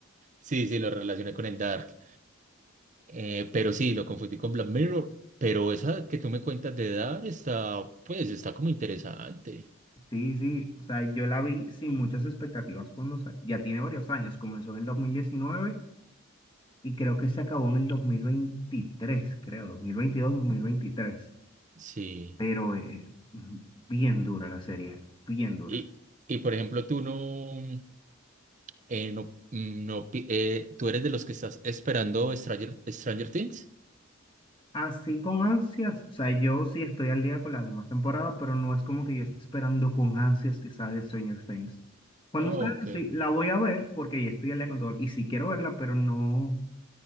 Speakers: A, on the right; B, on the left.
A: Sí, sí, lo relacioné con el Dark. Eh, pero sí, lo confundí con Black Mirror, pero esa que tú me cuentas de dar está, pues, está como interesante.
B: sí, sí, o sea, yo la vi sin muchas expectativas cuando salió, ya tiene varios años, comenzó en el 2019 y creo que se acabó en el 2023, creo, dos dos mil veintidós dos mil veintitrés,
A: Sí.
B: pero eh, bien dura la serie, bien dura.
A: Y, y por ejemplo, tú no, eh, no, mm, no, pi- eh, tú eres de los que estás esperando Stranger, Stranger Things.
B: Así con ansias, o sea, yo sí estoy al día con la demás temporada, pero no es como que yo esté esperando con ansias que salga Stranger Things. Cuando
A: Oh,
B: salga,
A: ok.
B: sí, la voy a ver porque ya estoy al día con todo. Y sí quiero verla, pero no,